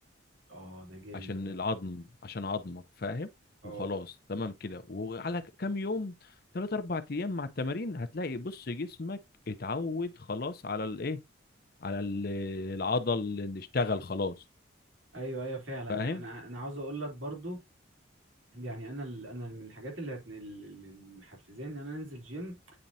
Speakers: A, on the right; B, on the left.
A: اه ده جامد
B: عشان
A: ده
B: العظم عشان عظمك فاهم
A: اه
B: وخلاص تمام كده وعلى ك- كام يوم تلات اربع ايام مع التمارين هتلاقي بص جسمك اتعود خلاص على الايه على ال- العضل اللي اشتغل خلاص
A: ايوه ايوه فعلا
B: فاهم
A: يعني انا انا عاوز اقول لك برضو يعني انا ال... انا من الحاجات اللي هتن... اللي اللي محفزاني ان انا انزل جيم